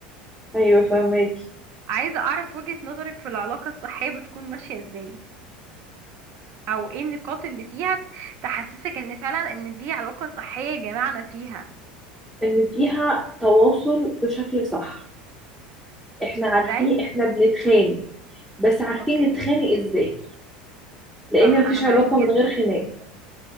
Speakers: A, in the centre; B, on the right.
A: ايوه فهماكي
B: عايزه اعرف وجهه نظرك في العلاقه الصحيه بتكون ماشيه ازاي او ايه النقاط اللي فيها تحسسك ان فعلا ان دي علاقه صحيه جمعنا فيها
A: ان فيها تواصل بشكل صح احنا عارفين
B: ازاي
A: احنا بنتخانق بس عارفين
B: اوكي
A: نتخانق ازاي لان
B: صح
A: مفيش
B: انا مع
A: علاقة
B: دي جدا
A: من غير خناق